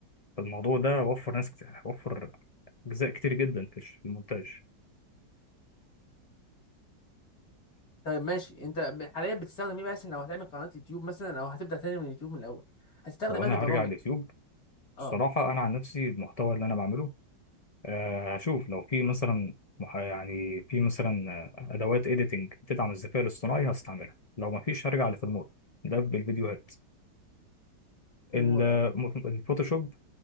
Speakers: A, on the left (about 35°); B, on the left (about 55°).
A: فالموضوع ده وفر ناس كتير وفر اجزاء كتير جدا في الش- في المونتاج
B: طيب ماشي انت حاليا بتستخدم ايه بس لو هتعمل قناة يوتيوب مثلا او هتبدأ تاني من اليوتيوب من الاول هتستخدم
A: لو
B: انهي
A: انا
B: برامج
A: هرجع اليوتيوب
B: اه
A: الصراحه انا عن نفسي المحتوى اللي انا بعمله آه، هشوف لو في مثلا مح- يعني في مثلا آه، ادوات اديتنج تدعم الذكاء الاصطناعي هستعملها لو ما فيش هرجع لفيلمور ده بالفيديوهات
B: فيرمولا
A: ال- م- الفوتوشوب